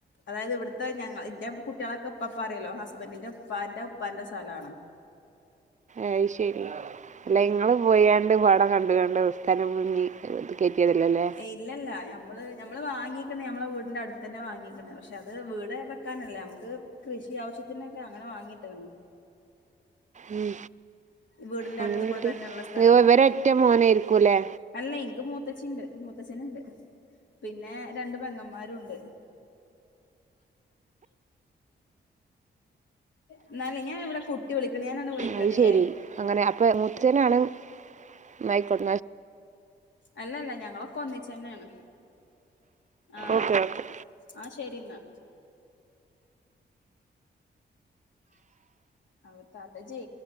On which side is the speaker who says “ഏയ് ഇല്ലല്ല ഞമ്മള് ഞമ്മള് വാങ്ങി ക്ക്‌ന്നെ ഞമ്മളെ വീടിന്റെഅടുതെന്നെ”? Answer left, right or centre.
Left